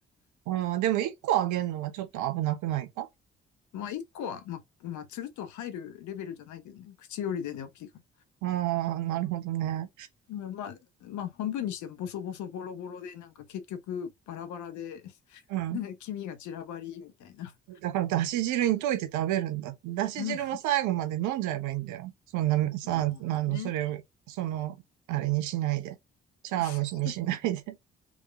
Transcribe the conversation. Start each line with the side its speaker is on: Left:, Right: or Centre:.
Right: うんでも一個あげるのはちょっと危なくないか
Left: まあ、一個は、まあ、まあ、つるっと入るレベルじゃないけどね、口よりでね、大きいから。
Right: ああ、なるほどね。
Left: まあ、まあ、まあ半分にしてもボソボソボロボロで、なんか結局、バラバラで
Right: うん、
Left: <laughs> 黄身が散らばり、みたいな。
Right: だから、だし汁に溶いて食べるんだ。だし汁も最後まで飲んじゃえばいいんだよ。
Left: うん。
Right: そんな、さ、
Left: うん、
Right: あの、
Left: ね。
Right: それを、その、あれにしないで。茶碗蒸しにしないで。
Left: <laughs>
Right: <laughs>